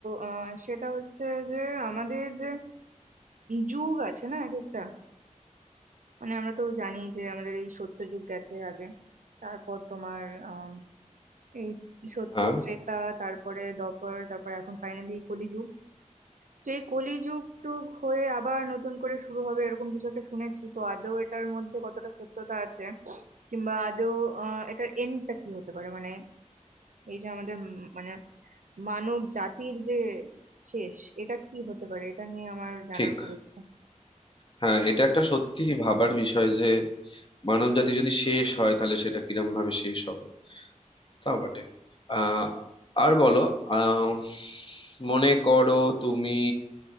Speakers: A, on the right; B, on the left.
A: আহ সেটা হচ্ছে যে আমাদের যে যুগ আছে না এক একটা মানে আমরা তো জানি যে আমাদের এই সত্য যুগ গেছে আগে তারপর তোমার আম, এই সত্য
B: হ্যাঁ
A: ত্রেতা তারপরে দ্বাপর তারপর এখন ফাইনালি কলি যুগ তো এই কলিযুগ টুগ হয়ে আবার নতুন করে শুরু হবে এরকম কিছু একটা শুনেছি তো আদৌ এটার মধ্যে কতটা সত্যতা আছে কিংবা আদৌ আহ এটার এন্ডটা কি হতে পারে মানে এই যে আমাদের উম মানে মানব জাতির যে শেষ এটা কি হতে পারে এটা নিয়ে আমার জানার
B: ঠিক
A: খুব ইচ্ছা
B: হ্যাঁ এটা একটা সত্যি ভাবার বিষয় যে মানবজাতি যদি শেষ হয় তাহলে সেটা কিরম ভাবে শেষ হবে তাও বটে আহ আর বলো আহ মনে করো তুমি